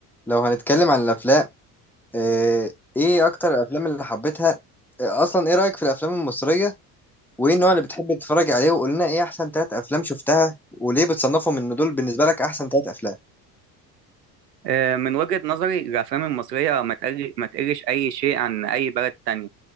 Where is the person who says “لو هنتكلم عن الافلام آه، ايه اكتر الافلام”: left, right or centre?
Centre